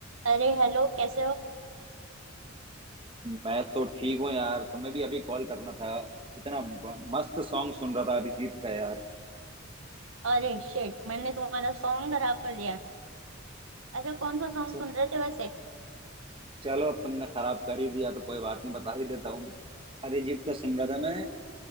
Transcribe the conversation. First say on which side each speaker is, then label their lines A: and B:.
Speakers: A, on the right; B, on the right.
A: अरे हेलो कैसे हो
B: मैं तो ठीक हूँ यार तुम्हें भी अभी कॉल करना था इतना ब- मस्त सॉन्ग सुन रहा था अरिजीत का यार
A: अरे शिट मैंने तुम्हारा सॉन्ग खराब कर दिया अच्छा कौन सा सॉन्ग
B: च-
A: सुन रहे थे वैसे
B: चलो अब तुमने खराब कर ही दिया तो कोई बात नहीं बता ही देता हूँ अरिजीत का सुन रहा था मैं